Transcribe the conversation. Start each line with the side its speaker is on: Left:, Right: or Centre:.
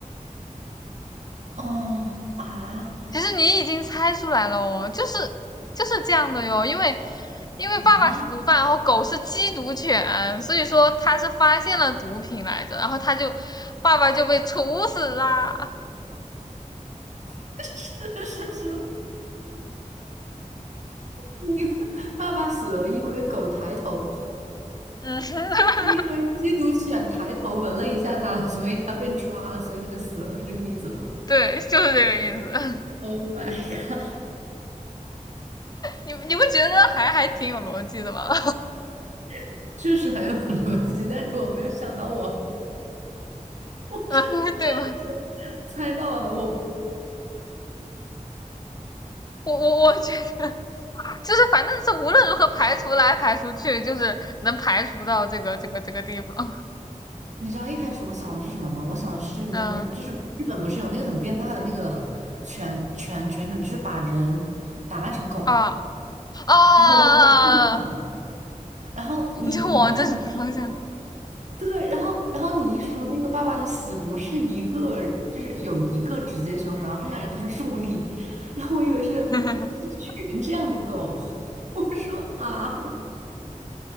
Right: 哦啊
Left: 其实你已经猜出来了哦，就是就是这样的哟，因为因为爸爸是毒贩，
Right: 啊！
Left: 然后狗是缉毒犬，所以说他是发现了毒品来着，然后他就爸爸就被处死啦。
Right: <laughs> 是是是，因为爸爸死了，因为狗抬头，
Left: 嗯，<laughs>
Right: 因为缉毒犬抬头闻了一下他，所以他被抓了，所以他就死了，是这个意思吗
Left: 对，就是这个意思。<laughs>
Right: ？Oh my god，
Left: 你你不觉得还还挺有逻辑的吗？<laughs>
Right: <laughs> 确实很有逻辑，但是我没有想到我我是这样子猜到的。
Left: 嗯，对吧？
Right: 我
Left: 我我我觉得就是反正是无论如何排除来排除去，就是能排除到这个这个这个地方。<laughs>
Right: 你知道一开始我想的是什么吗？我想的是，你知道日就是日本不是有那个很变态的那个犬犬犬种，
Left: 嗯。
Right: 就是把人打扮成狗，
Left: 啊啊！
Right: 然后我就很震惊
Left: <laughs>
Right: 然后你你然后你说。
Left: 你就往这种方向，
Right: 对，然后然后你一说那个爸爸的死不是一个，就是有一个直接凶手，然后剩下人都是助力，然后我以为是一群这样的狗，
Left: <laughs>
Right: <laughs> 我说啊，